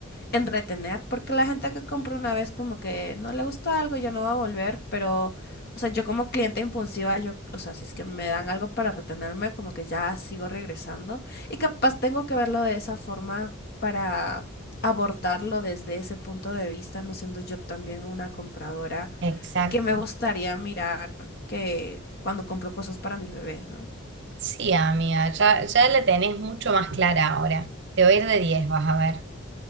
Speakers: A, on the left; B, on the right.
A: en retener, porque la gente que compra una vez como que no le gustó algo, ya no va a volver, pero, o sea, yo como cliente impulsiva, yo, o sea, si es que me dan algo para retenerme, como que ya sigo regresando y capaz tengo que verlo de esa forma para abordarlo desde ese punto de vista, no siendo yo también una compradora,
B: Exacto.
A: que me gustaría mirar que cuando compro cosas para mis bebés, ¿no?
B: Sí, amiga, ya, ya la tenés mucho más clara ahora. Te voy a ir de 10, vas a ver.